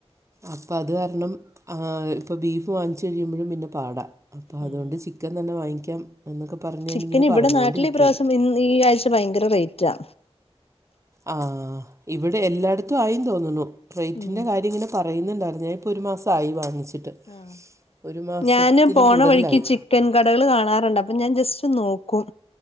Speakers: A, on the right; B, on the left.
A: അപ്പൊ അത് കാരണം ആഹ് ഇപ്പ ബീഫ് വാങ്ങിച്ച് കഴിയുമ്പഴും പിന്നെ പാടാ അപ്പൊ അതോണ്ട്
B: ഉം
A: ചിക്കൻ തന്നെ വാങ്ങിക്കാം എന്നൊക്കെ പറഞ്ഞ്
B: ചിക്കന്
A: ഞാനിങ്ങനെ
B: ഇവിടെ
A: പറഞ്ഞുകൊണ്ടിരിക്കുകയായിരുന്നു
B: നാട്ടില് ഈ പ്രാവശ്യം ഇന്ന് ഈ ആഴ്ച ഭയങ്കര റേയ്റ്റാ
A: ആഹ് ഇവിടെ എല്ലാട്ത്തും ആയിം തോന്നുന്നു റേയ്റ്റിന്റെ
B: ഉം
A: കാര്യം ഇങ്ങനെ പറയുന്നുണ്ടായിരുന്നു ഞാ ഇപ്പോ ഒരു മാസായി വാങ്ങിച്ചിട്ട്
B: ആഹ്
A: ഒരു മാസത്തിലും
B: ഞാന് പോണ
A: കൂടുതലായി
B: വഴിക്ക് ചിക് ക്കൻ കടകള് കാണാറ്ണ്ട് അപ്പോ ഞാൻ ജസ്റ്റ് നോക്കും